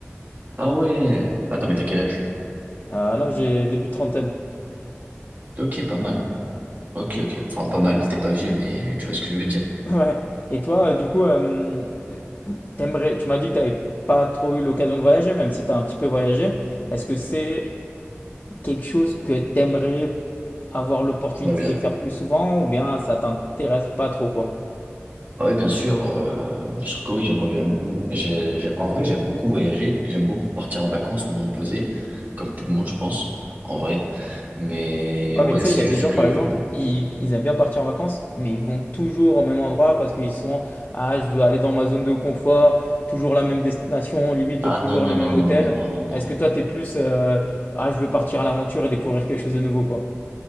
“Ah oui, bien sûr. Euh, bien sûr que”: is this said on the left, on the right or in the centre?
Right